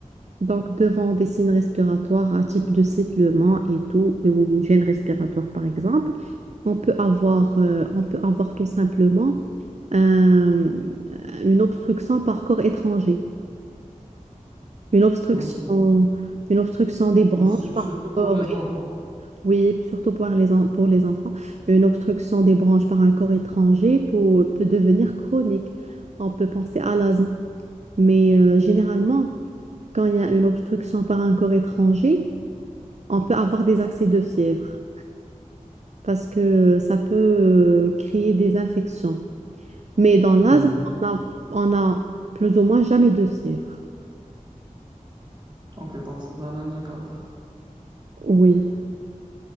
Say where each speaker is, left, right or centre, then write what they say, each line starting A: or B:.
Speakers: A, on the right; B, on the right.
A: donc, devant des signes respiratoires à type de sifflement et tout, euh, ou gêne respiratoire par exemple, on peut avoir, euh, on peut avoir tout simplement euh, une obstruction par corps étranger, une obstruction,
B: Ok.
A: une obstruction des branches
B: Bon, sur-
A: par
B: surtout
A: corps
B: pour les enfants.
A: Oui, surtout pour les, en- pour les enfants, une obstruction des branches par un corps étranger pour- peut devenir chronique. On peut penser à l'asthme, mais euh, généralement, quand il y a une obstruction par un corps étranger, on peut avoir des accès de fièvre parce que ça peut euh, créer des infections. Mais dans l'asthme,
B: Hmm,
A: on a, on a plus ou moins jamais de fièvre.
B: Ok, donc c'est un indicateur.
A: Oui.